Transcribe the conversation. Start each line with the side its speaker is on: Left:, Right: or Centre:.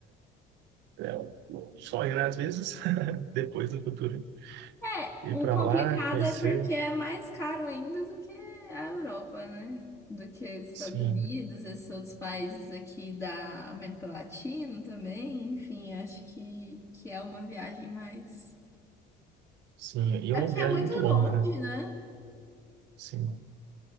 Right: É um um sonho, né? Às vezes, <laughs> depois no futuro,
Left: É,
Right: ir
Left: O
Right: para
Left: complicado
Right: lá, conhecer.
Left: é porque é mais caro ainda do que a Europa, né? Do que os Estados
Right: Sim.
Left: Unidos, esses outros países aqui da América Latina também. Enfim, acho que, que é uma viagem mais.
Right: Sim, e é
Left: É
Right: uma
Left: porque
Right: viagem
Left: é muito
Right: muito longa,
Left: longe,
Right: né?
Left: né?
Right: Sim,